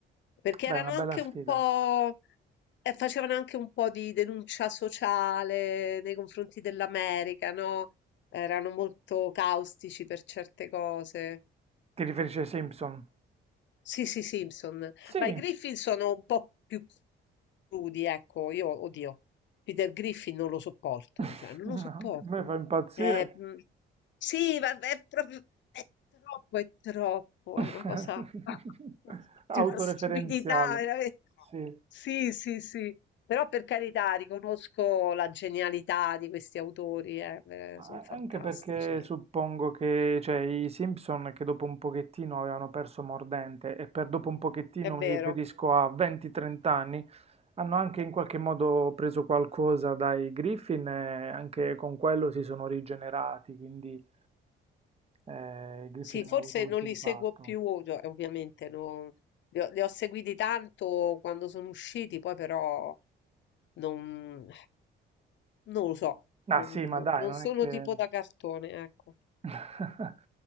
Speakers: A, on the left (about 65°); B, on the right (about 30°).
A: perché
B: beh,
A: erano
B: una bella
A: anche
B: sfida.
A: un po', eh, facevano anche un po' di denuncia sociale nei confronti dell'America, no? Erano molto caustici per certe cose.
B: Ti riferisci ai Simpson?
A: Sì, sì, Simpson.
B: Sì,
A: Ma i Griffin sono un po' più crudi, ecco, io, oddio, Peter Griffin non lo sopporto,
B: <laughs>
A: cioè, non lo
B: No,
A: sopporto.
B: mi fa impazzire.
A: Eh, mm, sì, ma è proprio, è troppo, è troppo,
B: <laughs>
A: è una cosa <laughs>
B: Autoreferenziale,
A: di una stupidità, veramente.
B: sì.
A: Sì, sì, sì. Però per carità, riconosco la genialità di questi autori, eh, eh,
B: Ma
A: sono
B: a-
A: fantastici,
B: Anche perché suppongo che, cioè, i Simpson che dopo un pochettino avevano perso mordente, e per dopo un pochettino
A: è vero.
B: mi riferisco a 20-30 anni, Hanno anche in qualche modo preso qualcosa dai Griffin e anche con quello si sono rigenerati, quindi eh, i Griffin
A: Sì,
B: hanno
A: forse
B: avuto questo
A: non li
B: impatto.
A: seguo più, ov- ovviamente, non- li ho, li ho seguiti tanto quando sono usciti, poi però non, non lo so,
B: Ah
A: non,
B: sì,
A: non-
B: ma dai,
A: non
B: non
A: sono
B: è che...
A: tipo da cartone, ecco.
B: <laughs>